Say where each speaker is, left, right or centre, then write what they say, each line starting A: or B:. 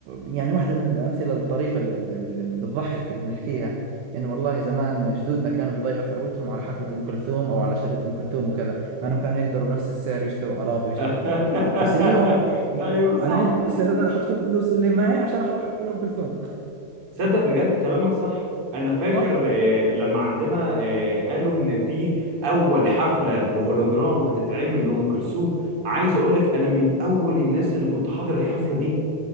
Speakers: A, on the right; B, on the right.
A: يعني واحده من الامثله الطريفه اللي, ب- اللي بتضحك اللي بنحكيها انه والله زمان جدودنا كانوا بيضيعوا ثروتهم على حفله ام كلثوم او على شريط ام كلثوم وكذا مع انهم كانوا يقدروا بنفس السعر يشتروا اراضي ويشتروا
B: <laughs>
A: كذا بس اليوم انا بحكي
B: ايوه صح
A: انا عندي
B: ايوه
A: استعداد احط كل الفلوس اللي معي عشان احضر حفله ام كلثوم
B: صدق بجد كلامك صح انا
A: <laughs>
B: فاكر
A: صح
B: آه، لما عندنا آه، قالوا ان في اول حفله بالهولوجرام هتتعمل لام كلثوم عايز اقول لك انا من اول الناس اللي كنت حاضر الحفله دي